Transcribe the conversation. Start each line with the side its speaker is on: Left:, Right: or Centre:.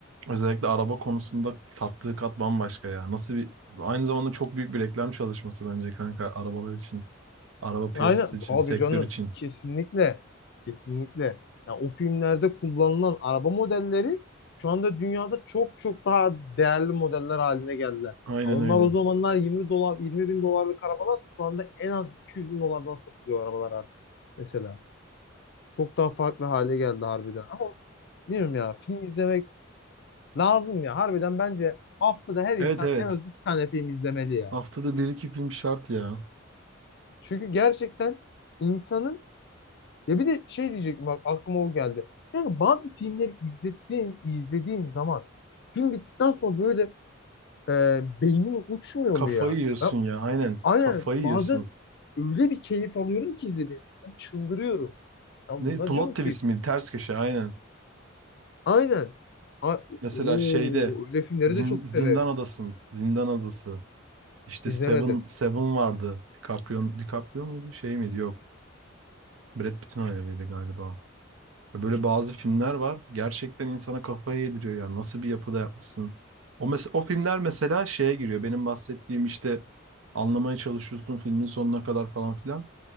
Right: özellikle araba konusunda tattığı kat bambaşka ya. Nasıl bir aynı zamanda çok büyük bir reklam çalışması bence kanka arabalar için, araba piyasası
Left: Aynen
Right: için,
Left: tabii
Right: sektör
Left: canım.
Right: için.
Left: Kesinlikle. Kesinlikle. Ya o filmlerde kullanılan araba modelleri şu anda dünyada çok çok daha değerli modeller haline geldiler.
Right: Aynen
Left: Ya onlar
Right: öyle.
Left: o zamanlar 20 dolar 20 bin dolarlık arabalarsa şu anda en az 200 bin dolardan satılıyor arabalar artık. Mesela. Çok daha farklı hale geldi harbiden. Ama bilmiyorum ya film izlemek lazım ya. Harbiden bence haftada her insan
Right: Evet evet.
Left: en az iki tane film izlemeli ya.
Right: Haftada bir iki film şart ya.
Left: Çünkü gerçekten insanın Ya bir de şey diyecektim bak aklıma o geldi. Yani bazı filmleri izlediğin, izlediğin zaman film bittikten sonra böyle e, beynin uçmuyor
Right: Kafayı
Left: mu ya?
Right: yiyorsun
Left: Ben
Right: ya. Aynen.
Left: aynen
Right: Kafayı yiyorsun.
Left: bazen öyle bir keyif alıyorum ki izlediğim filmden çıldırıyorum. Ya bundan
Right: Ne plot
Left: diyorum ki
Right: twist mi? Ters köşe aynen.
Left: aynen. A
Right: Mesela
Left: Oo,
Right: şeyde
Left: öyle filmleri
Right: Zin-
Left: de çok
Right: Zindan
Left: severim.
Right: Adası'nın Zindan Adası. İşte
Left: İzlemedim.
Right: Seven Seven vardı. DiCaprio, DiCaprio muydu? Şey miydi? Yok. Brad Pitt'in hayaliydi galiba. Böyle bazı filmler var. Gerçekten insana kafayı yediriyor yani. Nasıl bir yapıda yapmışsın? O, mes- o filmler mesela şeye giriyor. Benim bahsettiğim işte anlamaya çalışıyorsun filmin sonuna kadar falan filan.